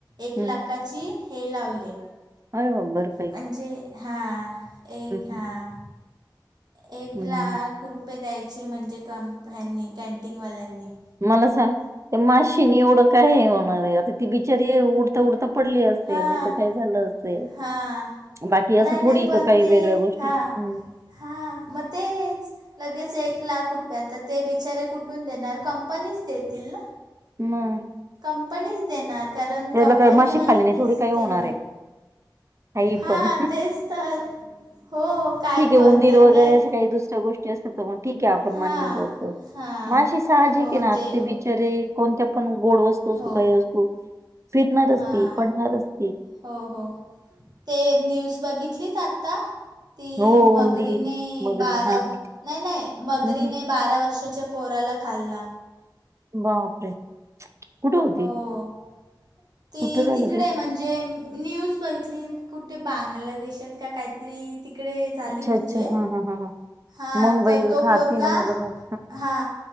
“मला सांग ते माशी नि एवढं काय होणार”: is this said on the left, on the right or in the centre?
Right